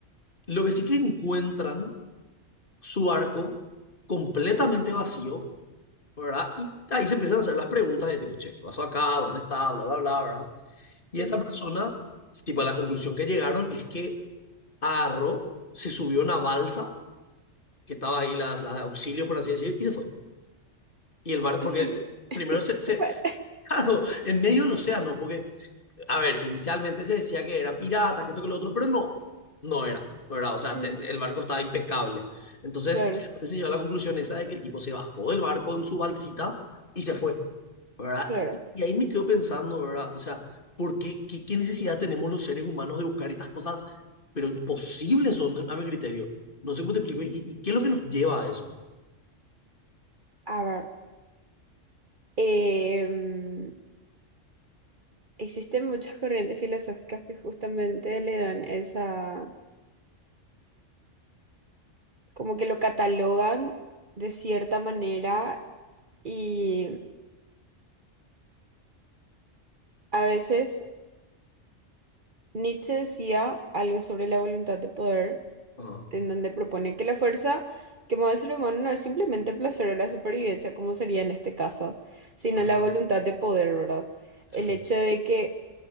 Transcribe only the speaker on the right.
Sí,
Sí, <laughs>
se fue.
ujú.
Claro,
claro.
A ver. em, Existen muchas corrientes filosóficas que justamente le dan esa, como que lo catalogan de cierta manera y a veces Nietzsche decía algo sobre la voluntad de poder,
en donde propone que la fuerza que mueve al ser humano no es simplemente el placer o la supervivencia, como sería en este caso, sino
la voluntad de poder, ¿verdad?
El hecho de que